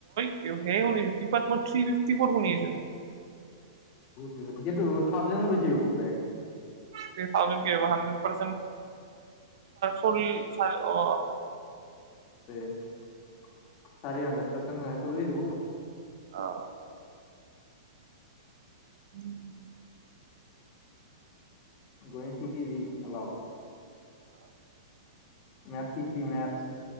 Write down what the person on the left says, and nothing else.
ঠিকেতো থাউজেণ্ডৰ বেছি হব গে
তে চাৰ আমদত পচন্দ ন চল লিছকো
গণ থিকিবি অলপ ম শিি মথ